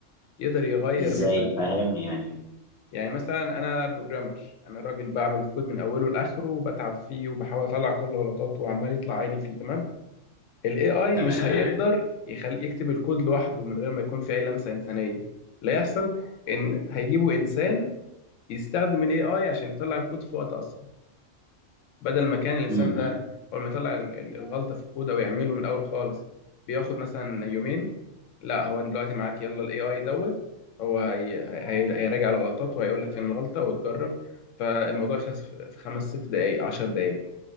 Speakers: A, on the left (about 80°); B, in the centre.
A: يقدر يغير
B: ازاي
A: مثلا
B: فاهمني يعني
A: يعني مثلا انا بروجرامر انا راجل بعمل كود من اوله لاخره وبتعب فيه وبحاول اطلع كل غلطاته وعمال يطلع عيني فيه تمام الاي اي
B: تمام
A: مش هيقدر يخلي يكتب الكود لوحده من غير ما يكون في اي لمسه انسانيه لا يحصل ان هيجيبوا انسان يستخدم الاي اي عشان يطلع الكود في وقت اسرع بدل ما كان الانسان
B: امم
A: ده اول ما يطلع ال- ال- الغلطه في الكود او يعمله من الاول خالص بياخد مثلا يومين لا هو دلوقتي معاك يلا الاي اي دوت هو هي هي هيراجع الغلطات وهيقول لك فين الغلطه وتجرب فالموضوع يخلص في في خمس ست دقائق عشر دقائق